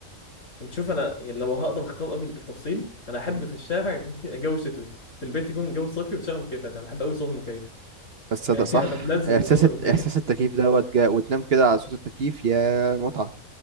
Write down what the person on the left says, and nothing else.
انت شوف انا يعني لو هقدر اختار ابي بالتفصيل انا احب
في الشارع يكون <laughs> جو شتوي في البيت يكون جو صيفي وتشغل مكيفات انا بحب قوي صوت المكيف
يعني
<laughs> انا بتلذذ
بصوت المكيف